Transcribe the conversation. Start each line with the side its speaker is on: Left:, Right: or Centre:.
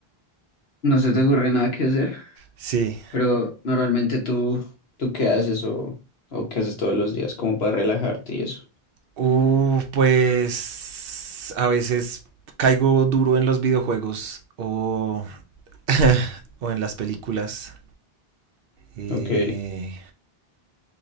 Left: No se te ocurre nada que hacer,
Right: Sí.
Left: pero normalmente tú, ¿tú qué haces o, o qué haces todos los días como para relajarte y eso?
Right: Uh, pues a veces caigo duro en los videojuegos o, <laughs> o en las películas. Eh,
Left: Ok,